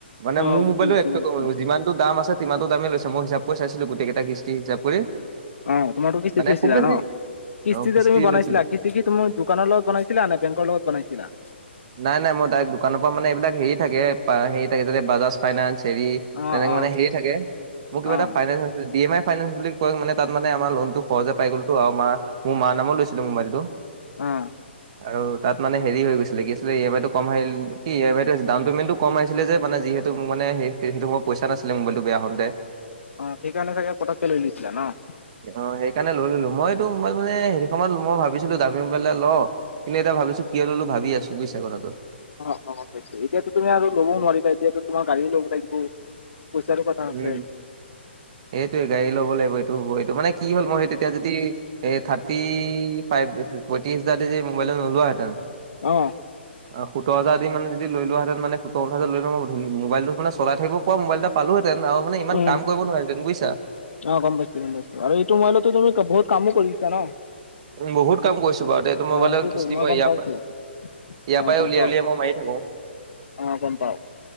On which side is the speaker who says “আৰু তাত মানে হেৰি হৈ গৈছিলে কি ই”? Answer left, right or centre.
Right